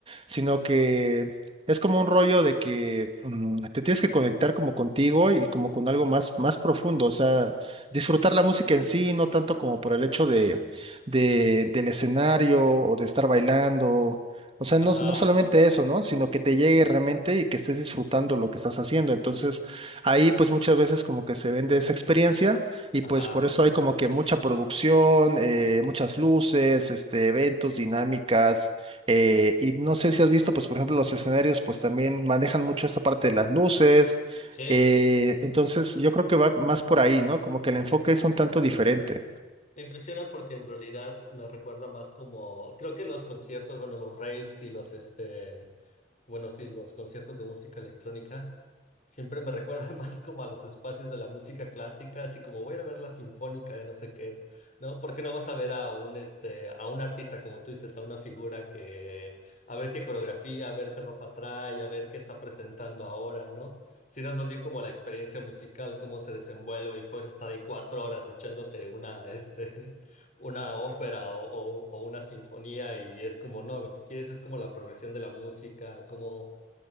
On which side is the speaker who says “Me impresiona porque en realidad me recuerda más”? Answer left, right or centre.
Left